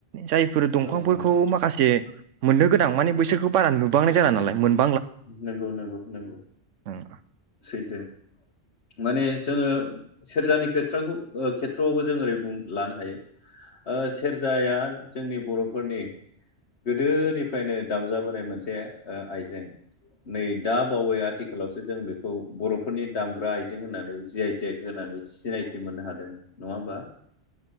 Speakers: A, on the right; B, on the left.
A: जायफोर दंफांफोरखौ
B: औ औ
A: माखासे मोननो गोनां मान बैसोरखौ बारा नुबांनाय जानला नालाय मोन
B: नोंगौ नोंगौ नोंगौ
A: उम,
B: सैथो। माने जोङो सेरजानि खोथ्राखौ खेथ्र'आवबो जों ओरै बुं लानो हायो सेरजाया जोंनि बर'फोरनि गोदोनिफ्रायनो दामजाबोनाय मोनसे आइजें। नै दा बावै आथिखालावसो जों बेखौ बर'फोरनि दामग्रा आइजें होननानै जि आइ टेक होननानै सिनायथि मोननो हादों। नङा होमबा?